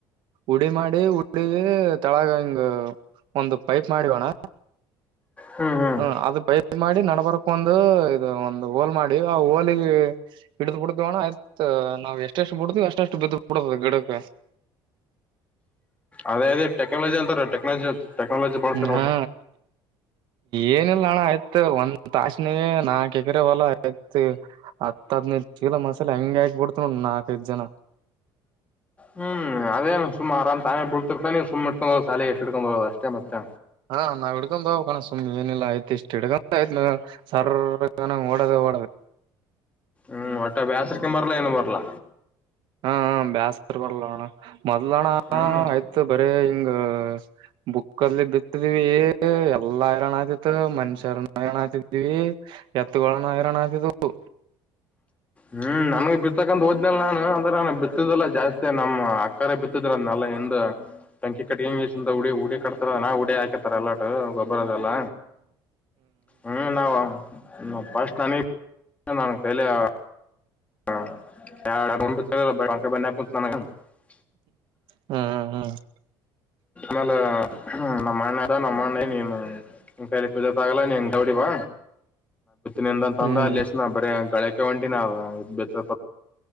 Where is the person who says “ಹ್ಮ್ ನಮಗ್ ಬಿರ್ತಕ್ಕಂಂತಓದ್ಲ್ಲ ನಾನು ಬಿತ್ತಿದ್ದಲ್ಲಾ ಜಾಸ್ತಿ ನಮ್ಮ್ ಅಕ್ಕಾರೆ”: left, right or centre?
Left